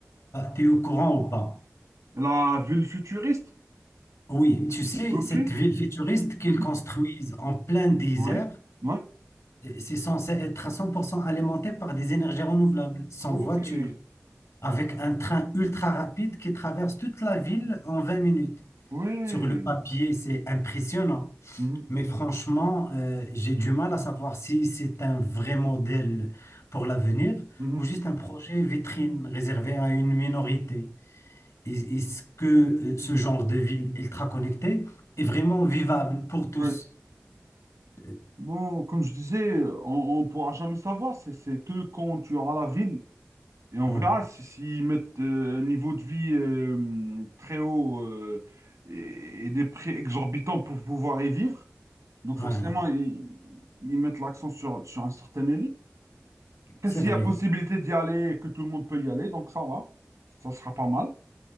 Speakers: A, on the left; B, on the right.
A: tu es au courant ou pas?
B: La ville futuriste.
A: Oui, tu sais,
B: OK.
A: cette ville futuriste qu'ils
B: Mhm.
A: construisent en plein désert.
B: Oui. Ouais.
A: C'est c'est censé être à 100% alimenté par des énergies renouvelables, sans
B: OK.
A: voiture, avec un train ultra rapide qui traverse toute la ville en 20 minutes.
B: Oui.
A: Sur le papier, c'est impressionnant,
B: Mhm.
A: mais franchement, euh, j'ai du mal à savoir si c'est un vrai modèle pour l'avenir
B: Mhm.
A: ou juste un projet vitrine réservé à une minorité. Et- Est-ce que euh, ce
B: Mhm.
A: genre de ville ultra connectée est vraiment vivable pour tous?
B: Oui.
A: Euh,
B: Bon, comme je disais, on ne pourra jamais savoir. C'est c'est que quand tu auras la ville Et on
A: Ouais,
B: verra si- s'ils mettent euh, un niveau de vie euh, très haut euh, et, et des prix exorbitants pour pouvoir y vivre. Donc
A: ouais,
B: forcément, ils, ils mettent l'accent sur, sur une certaine élite. Après,
A: c'est
B: s'il
A: vrai.
B: y a possibilité d'y aller et que tout le monde peut y aller, donc ça va, ça sera pas mal.